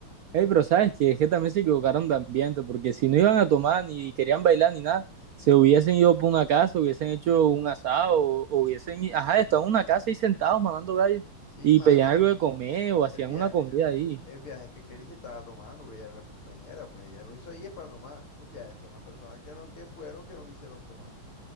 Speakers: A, on the right; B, on the left.
A: Ey, pero sabes que es que también se equivocaron de ambiente, porque si no iban a tomar ni querían bailar ni nada, se hubiesen ido por una casa, hubiesen hecho un asado, o, o hubiesen, i- ajá, estaban en una casa ahí sentados mamando gallo
B: Sí,
A: y
B: mano.
A: pedían algo de comer o hacían
B: el viaje,
A: una comida
B: el,
A: ahí.
B: el viaje que Kelly se estaba tomando, que ella era la cumpleañera, pues ella lo hizo ahí es para tomar. El viaje son las personas que no, que fueron, que no quisieron tomar.